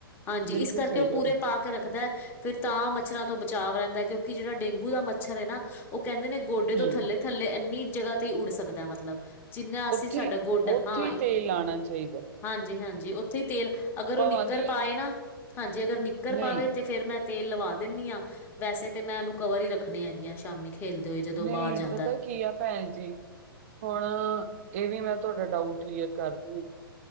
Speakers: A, on the left; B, on the right.
A: ਹਾਂਜੀ
B: ਬਿਲਕੁਲ
A: ਇਸ ਕਰਕੇ
B: ਸਹੀ
A: ਉਹ
B: ਗੱਲ
A: ਪੂਰੇ ਪਾ ਕੇ ਰੱਖਦਾ ਫੇਰ ਤਾਂ ਮੱਛਰਾਂ ਤੋਂ ਬਚਾਅ ਰਹਿੰਦਾ ਕਿਉਂਕਿ ਜਿਹੜਾ ਡੇਂਗੂ ਦਾ ਮੱਛਰ ਹੈ ਨਾ। ਉਹ ਕਹਿੰਦੇ ਨੇ ਗੋਡੇ
B: ਹੂੰ,
A: ਤੋਂ ਥੱਲੇ- ਥੱਲੇ ਇੰਨੀ ਜਗਾ ਤੇ ਹੀ ਉਡ ਸਕਦਾ ਏ ਮਤਲਬ। ਮਤਲਬ ਜਿੰਨਾ ਅਸੀਂ
B: ਉੱਥੇ
A: ਸਾਡਾ
B: ਹੀ
A: ਗੋਡ
B: ਉੱਥੇ
A: ਹਾਂ,
B: ਹੀ ਤੇਲ ਲਾਣਾ ਚਾਹੀਦਾ
A: ਹਾਂਜੀ- ਹਾਂਜੀ ਉੱਥੇ ਹੀ ਤੇਲ ਅਗਰ
B: ਭਾਵਾਂ
A: ਉਹ ਨਿੱਕਰ
B: ਦੀ
A: ਪਾਏ ਨਾ ਹਾਂਜੀ ਅਗਰ ਨਕਰ
B: ਨਹੀਂ,
A: ਪਾਵੇ ਤੇ ਫੇਰ ਮੈਂ ਤੇਲ ਲਵਾ ਦਿੰਨੀ ਹਾਂ ਵੈਸੇ ਤੇ ਮੈਂ ਉਹਨੂੰ ਕਵਰ ਹੀ ਰੱਖਣੀ ਹੈਗੀ ਆ। ਸ਼ਾਮੀ ਖੇਲਦੇ ਹੋਏ ਜਦੋਂ
B: ਨਹੀਂ
A: ਬਾਰ ਜਾਂਦਾ।
B: ਪਤਾ ਕੀ ਆ ਭੈਣ ਜੀ, ਹੁਣ ਇਹ ਵੀ ਮੈਂ ਤੁਹਾਡਾ ਡਾਊਟ ਕਲੀਅਰ ਕਰਦੀ ਹਾਂ।